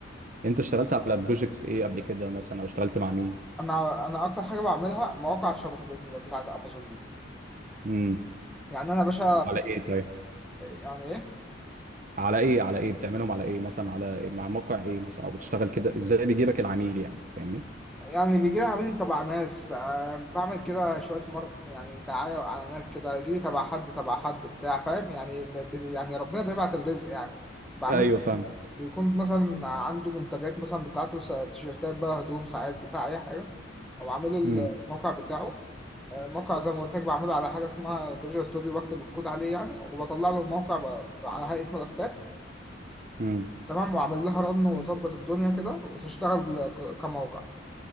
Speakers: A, on the right; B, in the centre.
A: انت اشتغلت على بروجكتس ايه قبل كده مثلا او اشتغلت مع مين
B: انا انا اكتر حاجه بعملها مواقع شبه بتاعت امازون دي
A: امم
B: يعني انا باشا
A: على ايه طيب
B: يعني ايه
A: على ايه على ايه بتعملهم على ايه مثلا على إيه؟ مع موقع ايه مثلا او بتشتغل كده ازاي بيجيبك العميل يعني فاهمني
B: يعني بيجي لي عميل تبع ناس آه، بعمل كده شويه مارك يعني دعايه واعلانات كده يجي لي تبع حد تبع حد بتاع فاهم يعني ب... ب- يعني ربنا بيبعت الرزق يعني بعمل
A: ايوه فاهم
B: بيكون مثلا عنده منتجات مثلا بتاعته س- تيشيرتات بقى هدوم ساعات بتاع اي حاجه وبعمل له
A: امم
B: الموقع بتاعه آه، الموقع زي ما قلت لك بعمله على حاجه اسمها فيجوال ستوديو بكتب الكود عليه يعني وبطلع له الموقع ب... على هيئه ملفات
A: امم
B: تمام وعمل لها رن وظبط الدنيا كده وتشتغل ك- كموقع